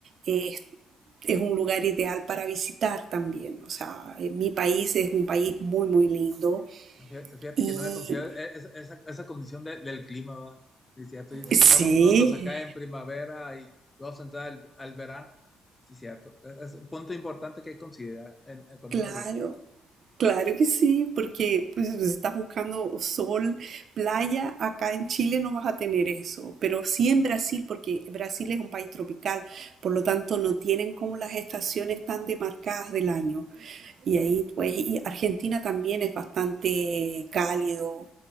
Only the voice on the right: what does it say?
eh, es un lugar ideal para visitar también. O sea, eh, mi país es un país muy, muy lindo.
Y
sí,
claro,
claro que sí, porque pues, si estás buscando sol, playa, acá en Chile no vas a tener eso, pero sí en Brasil, porque Brasil es un país tropical, por lo tanto no tienen como las estaciones tan demarcadas del año. Y ahí, pues, y Argentina también es bastante cálido,